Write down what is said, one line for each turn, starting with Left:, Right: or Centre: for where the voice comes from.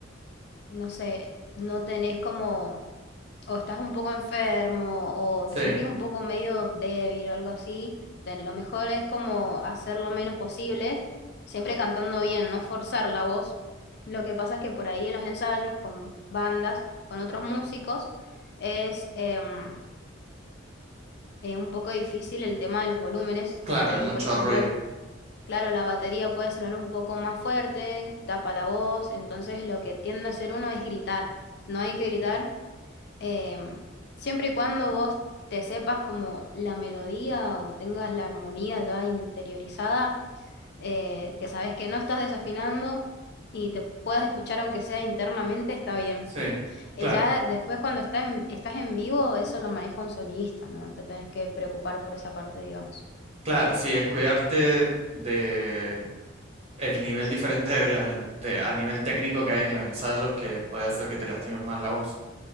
Left: no sé, no tenés como, o estás un poco enfermo, o
Right: Sí,
Left: te sentís un poco medio débil o algo así, ten- lo mejor es como hacer lo menos posible, siempre cantando bien, no forzar la voz. Lo que pasa es que por ahí en los ensayos con bandas, con otros músicos, es em, eh, un poco difícil el tema de los volúmenes, que
Right: claro,
Left: por
Right: hay
Left: ahí,
Right: mucho
Left: por ejemplo
Right: ruido.
Left: Claro, la batería puede sonar un poco más fuerte, tapa la voz, entonces lo que tiende a hacer uno es gritar. No hay que gritar eh, siempre y cuando vos te sepas como la melodía o tengas la armonía ya interiorizada, eh, que sabes que no estás desafinando y te puedas escuchar aunque sea internamente, está bien.
Right: Sí,
Left: <laughs> Eh,
Right: claro,
Left: Ya después cuando está en- estás en vivo, eso lo maneja un sonidista, no te tenés que preocupar por esa parte, digamos.
Right: claro, sí, es cuidarte de el nivel diferente de los en- de- a nivel técnico que hay en los ensayos que puede hacer que te lastimes más la voz.